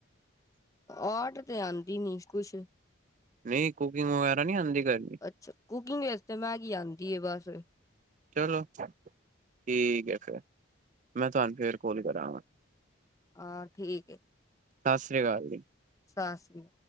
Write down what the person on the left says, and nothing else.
ਆਰਟ ਤੇ ਆਂਦੀ ਨੀ ਕੁਛ।
ਅੱਛਾ ਕੁਕਿੰਗ ਵਸਤੇ ਮੈਗੀ ਆਂਦੀ ਏ ਬਸ।
ਹਾਂ ਠੀਕ ਏ।
ਸਾਸਰੀ